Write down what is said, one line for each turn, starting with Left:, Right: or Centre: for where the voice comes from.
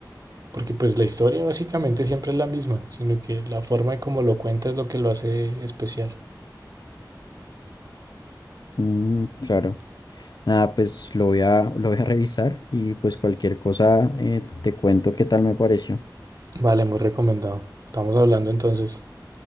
Right: Porque pues la historia básicamente siempre es la misma, sino que la forma de cómo lo cuenta es lo que lo hace especial.
Left: mm, claro. Nada, pues lo voy a, lo voy a revisar y pues cualquier cosa eh, te cuento qué tal me pareció.
Right: Vale, muy recomendado. Estamos hablando entonces.